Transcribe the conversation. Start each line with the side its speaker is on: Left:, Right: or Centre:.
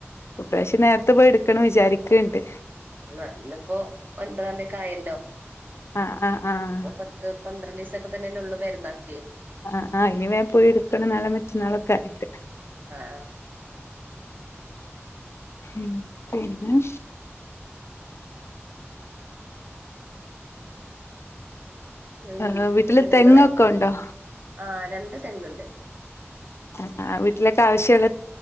Left: ഈ പ്രാവശ്യം <unintelligible> നേരത്തെ പോയി ട്ക്കണം വിചാരി- ക്കെ ണ്ട്
Right: ന്നൊ ന്ന്പ്പോ ഒൻപതാംതിയൊക്കെ ആയ
Left: ആഹ് ആഹ് ആഹ്
Right: ഇപ്പൊ പത്ത് - <unintelligible> പന്ത്രണ്ട് ദിവസൊക്കെ തന്നെ ല്ലെ ഒള്ളു പെരുന്നാക്ക്
Left: ആഹ് ആഹ് ഇനി വേൻ പോയി എടുക്കണ നളെ മറ്റന്നാളൊക്കെ ആയിട്ട്
Right: ആ ആഹ്
Left: മ് പിന്നെ -?
Right: ഉം
Left: ഏഹ് വീട്ടില്
Right: നിങ്ങളെ
Left: തെങ്ങൊക്കെ ഉണ്ടോ
Right: ആ രണ്ട് തെങ്ങുണ്ട്
Left: ആ വീട്ടിലൊക്കെവശ്യമുള്ള